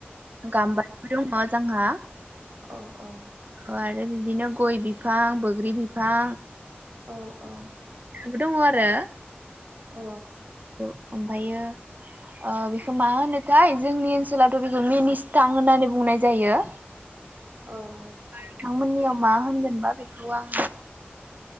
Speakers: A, on the right; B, on the right.
A: गाम <unintelligible> जांहा
B: अ अ
A: अ आरो बिदिनो गय बिफां बोग्रि बिफां
B: अ अ
A: बोदङ आरो
B: अ
A: ओ ओमफ्रायो ओ बेखौ मा होनोथाय जोंनि ओनसोलावथ' बेखौ मिनिसथां होननानै बुंनाय जायो
B: अ आतसा
A: नोंथांमोननियाव मा होनगोनबा बेखौ आं